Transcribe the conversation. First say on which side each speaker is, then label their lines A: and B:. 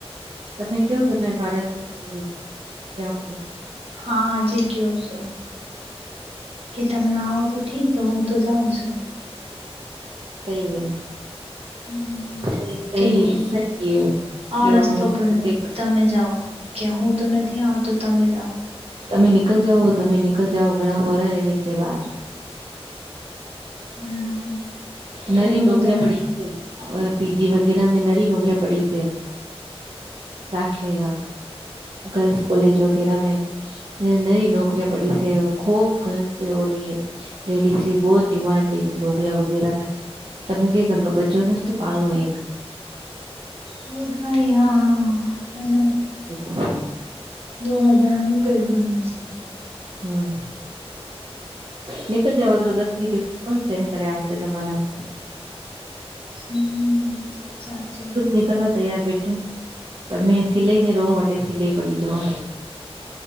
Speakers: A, on the right; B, on the right.
A: તમે કવો કે, ભાડાસું જાવં.
B: હા, આજે કયો છો? કે તમે આવો તો. ઠીક, હું તો જાઉં છું.
A: સઈ
B: હમ,
A: <unintelligible> કઈ
B: કે
A: સઈ ક કવાર
B: આ રસ્તો પડ્યો
A: કઈ <unintelligible>
B: તમે જાઓ કે હું તો નથી આવતો, તમે જાઓ.
A: તમે નીકળ જાઓ, તમે નીકળ જાવ, ઘણા હોરા રશે બહાર.
B: હા,
A: નરી
B: પૂરો
A: નોકરીયા
B: દન
A: પડી છે. વ પીજીી વગેરા મે નરી નોકરિયા પડી છે, રાખ લેગ. <unintelligible> ગર્લ્સ કોલેજ વગેરા મે. નહી નોકરિયા પડી છે, ખૂબ ગલ હો રહી એ, લેડીઝી બહુ ડિમાડ એક નોકરિયા વગેરા મેં. તમે કે કરનો બચ્ચો નું પાલનો એક <unintelligible>
B: પર કઈ હા, હા.
A: હા.
B: દણ જણાનું પેટ ભરશે.
A: હમ નિકલ જાવાધ દધ બી દે <unintelligible> કોણ સેન્ડ કરે? આજના જમાનામાં.
B: હમ્મ, સાચું.
A: નીકળવા, તૈયાર બેઠી પણ મેં સિલાઈ ને, રો અ સિલાઈ પડી જો.